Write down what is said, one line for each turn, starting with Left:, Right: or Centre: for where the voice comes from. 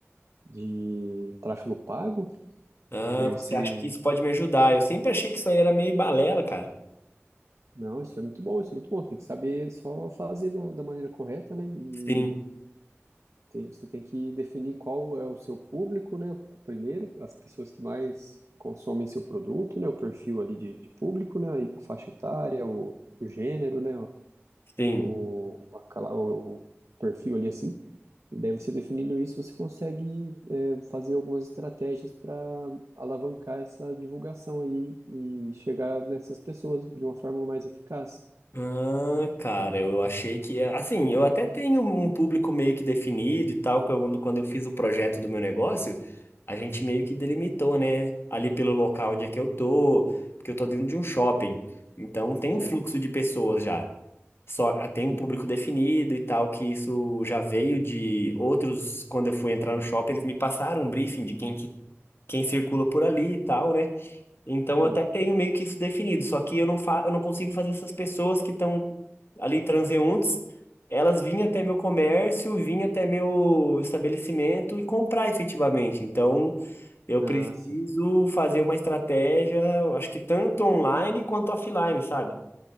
Right: de tráfego pago
Left: Ah,
Right: Daí
Left: você
Right: você,
Left: acha que isso pode me ajudar? Eu sempre achei que isso aí era meio balela, cara.
Right: não, isso é muito bom, isso é muito bom. Tem que saber só fazer da, da maneira correta, né? E
Left: Sim,
Right: tem, você tem que definir qual é o seu público, né? Primeiro, as pessoas que mais consomem seu produto, né? O perfil ali de, de público, né? A faixa etária, o, o gênero, né?
Left: sim.
Right: O, a cala- o, o perfil ali assim. E daí você definindo isso, você consegue é, fazer algumas estratégias para alavancar essa divulgação aí e chegar nessas pessoas de uma forma mais eficaz.
Left: Ah, cara, eu achei que. é, Assim, eu até tenho um público meio que definido e tal. Quando, quando eu fiz o projeto do meu negócio, a gente meio que delimitou, né? Ali pelo local onde é que eu tô, porque eu tô dentro de um shopping. Então tem
Right: Certo,
Left: um fluxo de pessoas já. Só ah, tem
Right: sim,
Left: um público definido e tal, que isso já veio de outros. Quando eu fui entrar no shopping, eles me passaram um briefing de quem que quem circula por ali e tal, né? Então eu
Right: boa.
Left: até tenho meio que isso definido, só que eu não fa eu não consigo fazer essas pessoas que estão ali transeuntes, elas vinham até meu comércio, vinham até meu estabelecimento e comprar efetivamente. Então eu preciso
Right: Ah, sim,
Left: fazer uma estratégia, eu acho que tanto online quanto offline, sabe?